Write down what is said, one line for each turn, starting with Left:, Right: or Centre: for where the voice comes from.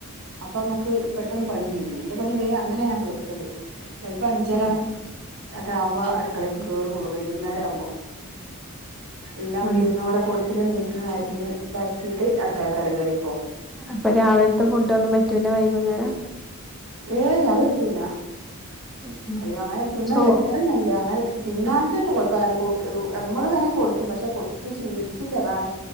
Right: അപ്പൊ മ്മക്ക് ട്ടെന്ന് പണി തീരും ന്റെ പണി വേ അങ്ങനെ ഞാൻ തീർക്കല് ചെലപ്പോ അഞ്ചര
Centre: ഉം
Right: എക്കെ ആവുമ്പോ അടുക്കളേക്ക് കേറുള്ളൂ വൈകുന്നേരം ആവുമ്പോ എല്ലാം അവിടെ
Centre: ഉം
Right: ഇരുന്ന പോലെ കൊടു തിലെ നീരുന്ന അരിഞ്ഞ് ഇതാക്കിയിട്ട് അടുക്കളെക്ക് ങ്ട് കയറി ഇപ്പോ
Centre: അപ്പൊ രാവിലത്തെ ഫുഡ് ഒന്നും പറ്റൂല വൈകുന്നേരം.
Right: ഏയ് അത് പറ്റൂല
Centre: ഉം ഉം
Right: അയ്യോ അങ്ങനെ തിന്ന
Centre: ചോ
Right: ചരിത്രം ഇല്ല അങ്ങനെ തിന്നാത്തെന്റെ കൊഴപ്പല്ല കൊടു നമ്മള് വേണെ കൊടുക്കും പക്ഷെ കൊടുത്ത് ശീലിച്ചില്ല അതാണ്.